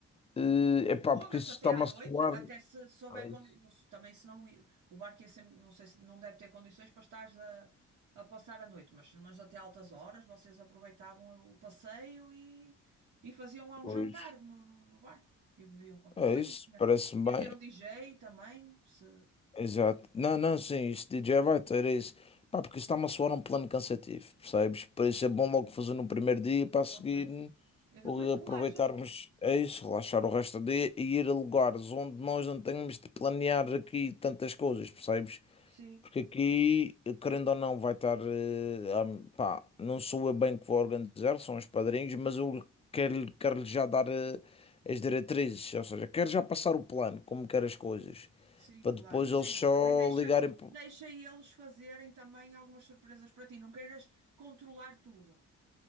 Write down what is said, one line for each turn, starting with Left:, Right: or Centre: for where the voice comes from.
Left: é
Right: E
Left: epá,
Right: prolonga-se
Left: porque isso
Right: até
Left: está-me
Right: à noite,
Left: a soar.
Right: até se souber
Left: É
Right: condições.
Left: isso.
Right: Também se não o barco ia sempre, não sei se não deve ter condições para estar a, a passar a noite, mas, mas até altas horas vocês aproveitavam o passeio e, e faziam lá
Left: Pois,
Right: um jantar no, no, no barco e bebiam qualquer
Left: é
Right: coisa.
Left: isso,
Right: E tinha,
Left: parece-me
Right: podia
Left: bem.
Right: ter um DJ também, se.
Left: Exato. Não, não, sim, isto de DJ vai ter isso. Pá, porque isso está-me a soar um plano cansativo, percebes? Por isso é bom logo fazer no primeiro dia para a seguir
Right: Ok.
Left: hum,
Right: E
Left: o-
Right: depois
Left: aproveitarmos
Right: relaxas.
Left: é isso, relaxar o resto do dia e ir a lugares onde nós não temos de planear aqui tantas coisas, percebes?
Right: Sim,
Left: Porque aqui, querendo ou não, vai estar. eh, am- pá, não sou eu bem que vou organizar, são os padrinhos, mas eu quero, quero já dar eh, as diretrizes, ou seja, quero já passar o plano, como quero as coisas
Right: sim,
Left: para
Right: claro.
Left: depois
Right: Sim,
Left: eles só
Right: também deixa,
Left: ligarem. pro-
Right: deixa eles fazerem também algumas surpresas para ti. Não queiras controlar tudo.